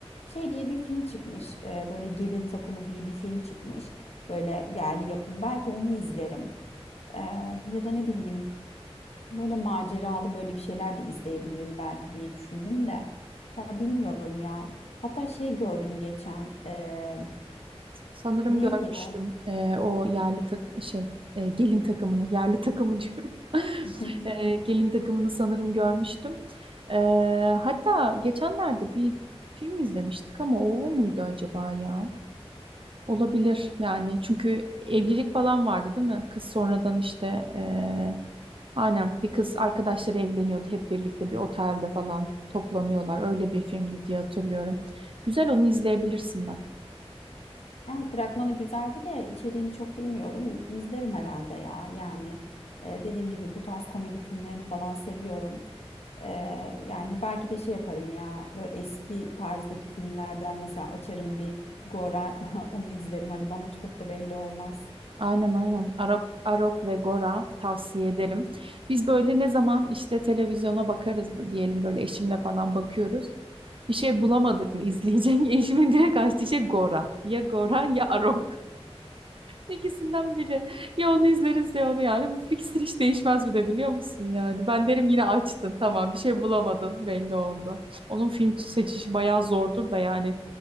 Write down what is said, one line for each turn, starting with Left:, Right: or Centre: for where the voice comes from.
Left: Şey diye bir film çıkmış e, böyle Gelin Takımı diye bir film çıkmış böyle yerli yapım belki onu izlerim E, ya da ne bileyim. Böyle maceralı böyle bir şeyler de izleyebilirim belki diye düşündüm de. Ya bilmiyorum ya. Hatta şey gördüm geçen. eee,
Right: Sanırım
Left: neydi
Right: görmüştüm
Left: o?
Right: e, o yerli tak şey e, gelin takımını yerli takımı <laughs> diyorum.
Left: <laughs>
Right: E, gelin takımını sanırım görmüştüm. E, hatta geçenlerde bir film izlemiştik ama o muydu acaba ya? Olabilir yani çünkü evlilik falan vardı değil mi? Kız sonradan işte e, aynen bir kız arkadaşları evleniyordu hep birlikte bir otelde falan toplanıyorlar. Öyle bir filmdi diye hatırlıyorum. Güzel onu izleyebilirsin bak.
Left: Yani fragmanı güzeldi de içeriğini çok bilmiyorum. İzlerim herhalde ya. Yani eee, dediğim gibi bu tarz komedi filmlerini falan seviyorum. Eee, yani belki de şey yaparım ya. Böyle eski tarzdaki filmlerden mesela açarım bir Gora <laughs> onu izlerim. Hani bana çok da belli olmaz.
Right: Aynen aynen. Arok, Arok ve Gora tavsiye ederim. Biz böyle ne zaman işte televizyona bakarız da diyelim böyle eşimle falan bakıyoruz. Bir şey bulamadık mı izleyecek? <laughs> Eşimin direkt açtığı şey Gora. Ya Gora ya Arok. İkisinden biri. Ya onu izleriz ya onu yani. Bu fiksir hiç değişmez bir de biliyor musun yani. Ben derim yine açtın tamam bir şey bulamadın belli oldu. Onun film seçişi bayağı zordur da yani.